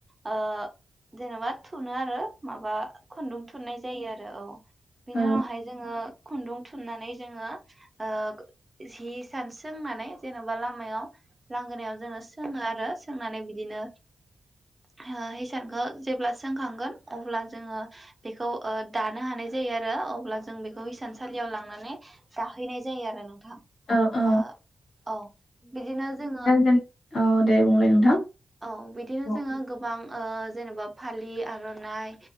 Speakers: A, on the right; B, on the left.
A: ओ जेनोबा थुनो आरो माबा खुन्दुं थुननाय जायो आरो औ बेनि
B: औ
A: उनावहाय जोङो खुन्दुं थुननानै जोङो ओ जि हिसान सोंनानै जेन'बा लामायाव लांगोनायाव जोङो सो रो सोंनानै बिदिनो हो हिसानखौ जेब्ला सोंखांगोन अब्ला जोङो ओ दानो हानाय जायो आरो अब्ला जों बेखौ हिसानसालियाव लांनानै दाहैनाय जायो आरो नोंथां।
B: औ औ
A: ओ औ बिदिनो जोङो
B: जेन औ दे बुंलाय नोंथां।
A: औ बिदिनो
B: औ
A: जोङो गोबां ओ जेनोबा फालि आर'नाइ